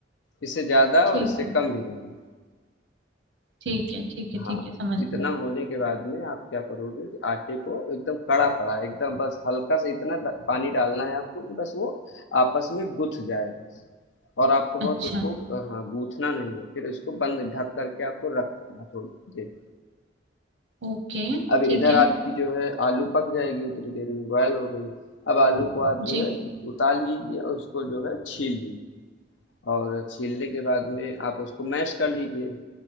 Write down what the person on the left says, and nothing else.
इससे ज्यादा
और इससे
कम भी नहीं
हाँ,
इतना
होने के बाद में आप क्या करोगे कि आटे को एकदम कड़ा कड़ा एकदम बस हल्का सा इतना ड- पानी डालना है आपको कि बस वो आपस में गुथ जाए बस और आपको बहुत
उसको अ, हाँ गूथना नहीं है फिर इसको बंद ढक करके आपको रख देना है थोड़ी देर
अब इधर
आपकी जो है आलू पक जाएगी उतनी देर में बॉयल हो गई अब आलू को आप
जो है उतार लीजिए और उसको जो है छील लीजिए और छीलने के बाद में आप उसको मैश कर लीजिए